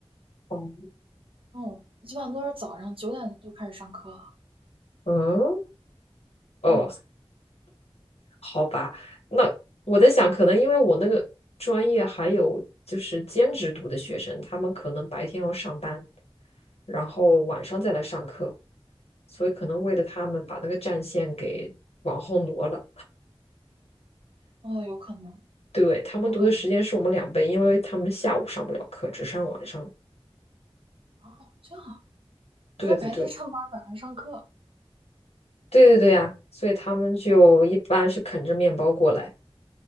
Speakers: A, on the left (about 85°); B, on the right (about 60°).
A: 哦
B: 哦，基本上都是早上九点就开始上课了
A: 嗯，哦。
B: 嗯，
A: 好吧，那我在想，可能因为我那个专业还有就是兼职读的学生，
B: 嗯
A: 他们可能白天要上班，然后晚上再来上课，所以可能为了他们把那个战线给往后挪了。
B: 哦，有可能，
A: 对，他们读的时间是我们两倍，
B: 有可能。
A: 因为他们下午上不了课，只上晚上。
B: 哦，这样啊，那他白天上班，
A: 对对对，
B: 晚上上课。
A: 对对对呀，所以他们就一般是啃着面包过来。
B: 哦，